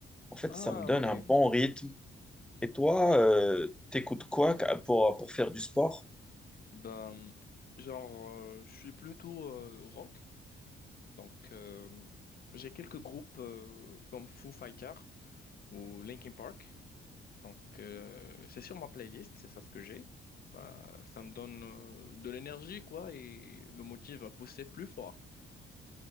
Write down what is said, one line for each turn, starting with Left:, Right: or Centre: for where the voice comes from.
Centre: En fait,
Left: Ah
Centre: ça me donne
Left: ouais,
Centre: un bon rythme. Et toi, euh, t'écoutes quoi ca- pour, pour faire du sport?
Left: ben genre euh, je suis plutôt euh, rock, donc euh, j'ai quelques groupes euh, comme Foo Fighters ou Linkin Park, donc euh, c'est sur ma playlist, c'est ça ce que j'ai. Bah, ça me donne euh, de l'énergie quoi et me motive à pousser plus fort,